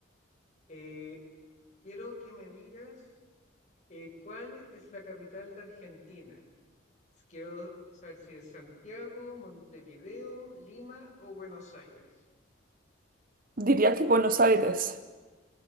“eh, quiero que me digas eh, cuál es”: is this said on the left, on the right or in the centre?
Left